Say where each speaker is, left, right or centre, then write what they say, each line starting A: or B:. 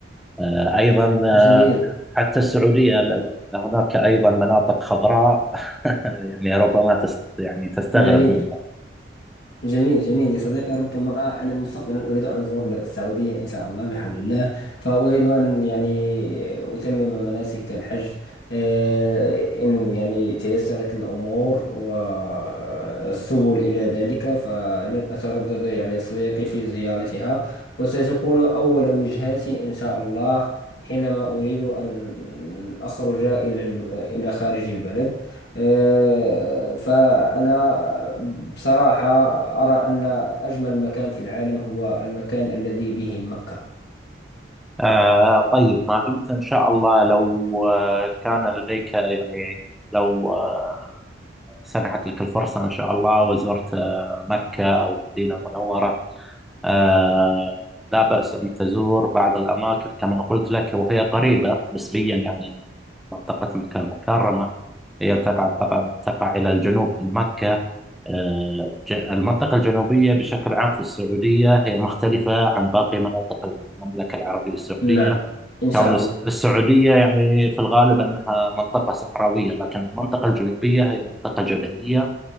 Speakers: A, in the centre; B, on the left.
A: آه، أيضا آه،
B: جميل
A: حتى السعودية ل- هناك أيضا مناطق خضراء <laughs> يعني ربما تست يعني تستغرب
B: جميل
A: منها
B: جميل جميل يا صديقي ربما أنا مستقبلا أريد أن أزور السعودية إن شاء الله بحول الله فأريد أن يعني أتمم مناسك الحج آه، إن يعني تيسرت الأمور والسبل إلى ذلك فلن أتردد يعني يا صديقي في زيارتها وستكون أول وجهاتي إن شاء الله حينما أريد أن أخرج إلى ال- إلى خارج البلد آه، فأنا بصراحة أرى أن أجمل مكان في العالم هو المكان الذي به مكة
A: آه طيب ما دمت إن شاء الله لو آه، كان لديك يعني لو آه، سنحت لك الفرصة إن شاء الله وزرت آه، مكة أو المدينة المنورة آه، لا بأس أن تزور بعض الأماكن كما قلت لك وهي قريبة نسبيا يعني من منطقة مكة المكرمة هي تبعد طبعا تقع إلى الجنوب من مكة آه، ج- المنطقة الجنوبية بشكل عام في السعودية هي مختلفة عن باقي مناطق المملكة العربية السعودية
B: نعم إن شاء
A: كون الس-
B: الله
A: السعودية يعني في الغالب أنها منطقة صحراوية لكن المنطقة الجنوبية هي منطقة جبلية